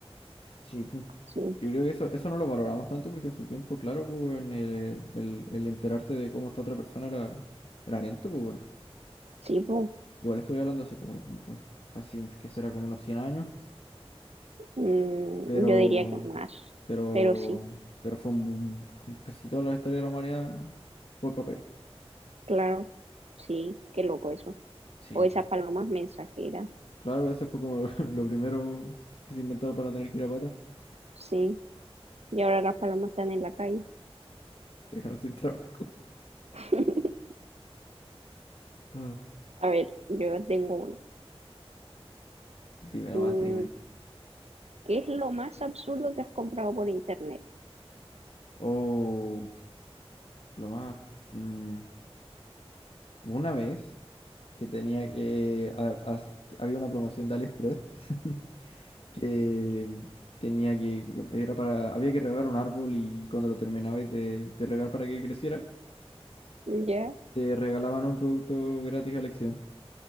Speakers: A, on the left; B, on the right.
A: sí, pu.
B: Sí,
A: Yo creo que eso, eso no lo valoramos tanto porque en su tiempo, claro, pues, weón, eh, el, el enterarte de cómo está otra persona era, era lento, pues, weón.
B: sí, pu.
A: Igual estoy hablando hace como pues, casi, un- que será como unos 100 años.
B: Mm,
A: pero,
B: yo diría que más,
A: pero,
B: pero sí,
A: pero fue un boom, casi toda la historia de la humanidad por papel.
B: claro, sí, qué loco eso.
A: Sí,
B: O esas palomas mensajeras,
A: claro, ese fue como lo, <laughs> lo primero que se inventaron para no tener que ir a pata. <laughs>
B: sí. Y ahora las palomas están en la calle.
A: Se quedaron sin trabajo.
B: <laughs>
A: Ah.
B: A ver, yo tengo uno.
A: Dime nomás,
B: Mm,
A: dime.
B: ¿Qué es lo más absurdo que has comprado por internet?
A: O lo más... mm, una vez que tenía que... a- as- que había una promoción de AliExpress <laughs> que tenía que... Era para, había que regar un árbol y cuando lo terminabais de, de regar para que creciera,
B: ¿Ya?
A: te regalaban un producto gratis a elección